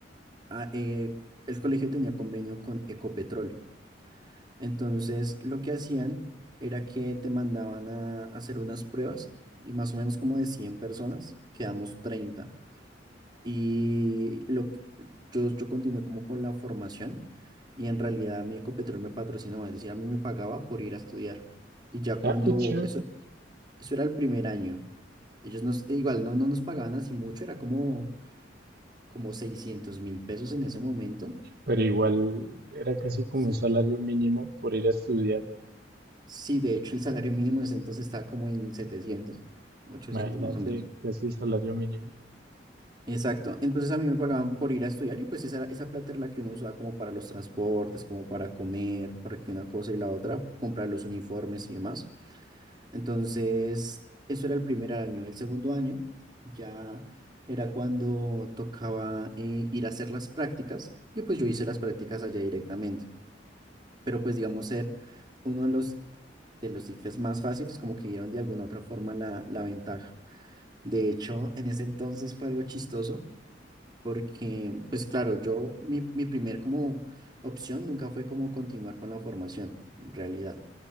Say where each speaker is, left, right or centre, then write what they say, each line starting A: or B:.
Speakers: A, on the right; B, on the right.
A: ah, eh, el colegio tenía convenio con Ecopetrol. Entonces, lo que hacían era que te mandaban a hacer unas pruebas y más o menos como de 100 personas, quedamos treinta Y lo, que- yo, yo continué como con la formación y en realidad mi Ecopetrol me patrocinaba, es decir, a mí me pagaba por ir a estudiar. Y ya
B: Ah,
A: cuando,
B: qué chévere.
A: eso, eso era el primer año, ellos nos, igual no, no nos pagaban así mucho, era como, como seiscientos mil pesos en ese momento.
B: Pero igual era casi como
A: sí
B: un salario mínimo por ir a estudiar.
A: Sí, de hecho, el salario mínimo desde entonces está como en 700, ochocientos
B: Imagínate,
A: más o menos.
B: casi el salario mínimo.
A: Exacto. Entonces a mí me pagaban por ir a estudiar y pues esa, esa plata era la que uno usaba como para los transportes, como para comer, para que una cosa y la otra, comprar los uniformes y demás. Entonces, eso era el primer año. El segundo año ya era cuando tocaba eh, ir a hacer las prácticas y pues yo hice las prácticas allá directamente. pero pues digamos ser uno de los, de los ICFES más fáciles, como que dieron de alguna otra forma la, la ventaja. De hecho, en ese entonces fue algo chistoso, porque pues claro, yo, mi, mi primer como opción nunca fue como continuar con la formación, en realidad.